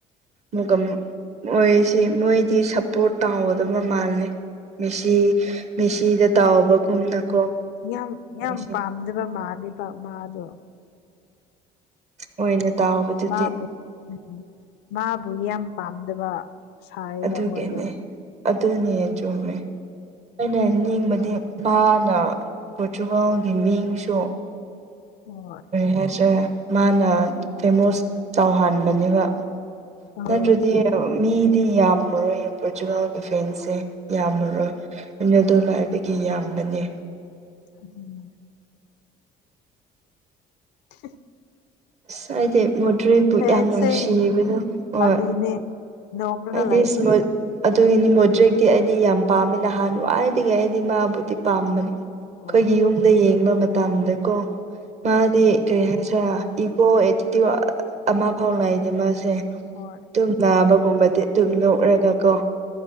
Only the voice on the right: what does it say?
ꯃꯨꯒꯝ ꯃꯣꯏꯁꯦ ꯃꯣꯏꯗꯤ ꯁꯞꯄꯣꯔꯠ ꯇꯥꯎꯒꯗꯕ ꯃꯥꯜꯜꯂꯤ꯫ ꯃꯦꯁꯤ ꯃꯦꯁꯤꯗ ꯇꯥꯎꯕꯒꯨꯝꯅꯀꯣ
ꯃꯣꯏꯁꯦ
ꯑꯣꯏꯅ ꯇꯥꯎꯕꯗꯨꯗꯤ
ꯑꯗꯨꯒꯤꯅꯦ
ꯑꯗꯨꯅꯦ ꯆꯨꯝꯃꯦ꯫ ꯑꯩꯅ ꯅꯤꯡꯕꯗꯤ ꯅ ꯄꯣꯔꯇꯨꯒꯥꯜꯒꯤ ꯃꯤꯡꯁꯨ
ꯍꯥꯏꯁꯦ ꯃꯥꯅ ꯐꯦꯃꯣꯁ ꯇꯧꯍꯥꯟꯕꯅꯦꯕ
ꯅꯠꯇ꯭ꯔꯗꯤ꯫ ꯃꯤꯗꯤ ꯌꯥꯝꯃꯔꯣꯏꯌꯦ ꯄꯣꯔꯆꯨꯒꯦꯜꯒꯤ ꯐꯦꯟꯁꯦ ꯌꯥꯝꯃꯔꯣꯏ꯫ ꯑꯩꯅ ꯑꯗꯨ ꯂꯥꯏꯕꯒꯤ ꯌꯥꯝꯕꯅꯦ꯫
ꯑꯁ ꯍꯥꯏꯗꯤ ꯃꯣꯗ꯭ꯔꯦꯕꯨ
ꯌꯥꯝ ꯅꯨꯡꯁꯤꯕꯅꯣ ꯍꯣꯏ
ꯑꯗꯤ
ꯏꯁꯃꯜ ꯑꯗꯨꯒꯤꯅꯤ ꯃꯣꯗ꯭ꯔꯤꯛꯇꯤ ꯑꯩꯗꯤ ꯌꯥꯝ ꯄꯥꯝꯃꯦ ꯅꯍꯥꯟꯋꯥꯏꯗꯒꯤ ꯑꯩꯗꯤ ꯃꯥꯕꯨꯗꯤ ꯄꯥꯝꯕꯅꯤ꯫ ꯑꯩꯈꯣꯏꯒꯤ
ꯌꯨꯝꯗ ꯌꯦꯡꯕ ꯃꯇꯝꯗꯀꯣ ꯃꯥꯗꯤ
ꯀꯔꯤ ꯍꯥꯏ ꯑ ꯏꯒꯣ ꯑꯦꯇꯤꯇ꯭ꯨꯠ ꯑꯃ ꯐꯥꯎꯅꯗꯤꯦ ꯃꯥꯁꯦ꯫
ꯑꯗꯨꯨꯝ ꯅꯥꯕꯒꯨꯝꯕꯗꯤ ꯑꯗꯨꯨꯝ ꯅꯣꯛꯔꯒꯀꯣ